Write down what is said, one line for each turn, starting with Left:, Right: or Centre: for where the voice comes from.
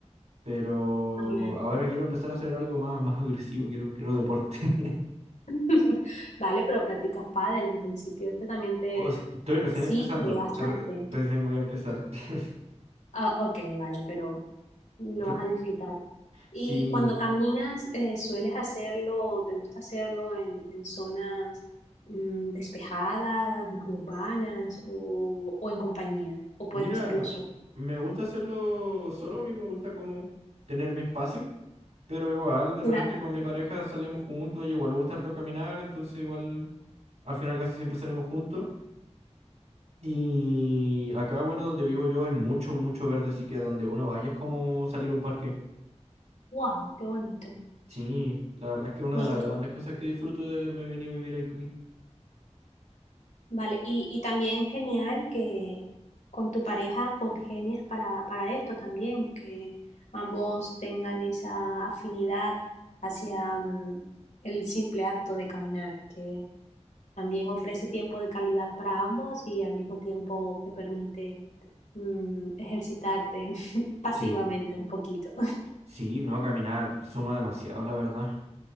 Right: Pero
Left: También.
Right: ahora quiero empezar a hacer algo más, <laughs> más agresivo, quiero, quiero deporte. <laughs>
Left: <laughs> Vale, pero practicas pádel en principio. Este también te
Right: O sea, estoy recién
Left: exige
Right: empezando,
Left: bastante.
Right: re- recién voy a empezar. <laughs>
Left: Ah, ok, vale, pero lo
Right: Pero,
Left: vas a disfrutar. Y
Right: sí,
Left: cuando caminas, eh, ¿sueles hacerlo o te gusta hacerlo en, en zonas mm, despejadas, más urbanas o, o en compañía? ¿O puedes
Right: mira,
Left: hacerlo solo?
Right: me gusta hacerlo solo, a mí me gusta como tener mi espacio. Pero igual, de
Left: Claro.
Right: repente con mi pareja salimos juntos, y igual le gusta harto caminar, entonces igual al final casi siempre salimos juntos. Y acá, bueno, donde vivo yo hay mucho, mucho verde, así que donde uno vaya es como salir a un parque.
Left: ¡Wow! ¡Qué bonito!
Right: Sí, la verdad es que una
Left: Bueno,
Right: de las grandes cosas que disfruto de haberme venido a vivir aquí.
Left: Vale, y, y también genial que con tu pareja congenies para, para esto también, que ambos tengan esa afinidad hacia mm, el simple acto de caminar, que también ofrece tiempo de calidad para ambos y al mismo tiempo te permite mm, ejercitarte <laughs> pasivamente
Right: Sí,
Left: un poquito.
Right: sí, no, caminar suma demasiado, la verdad.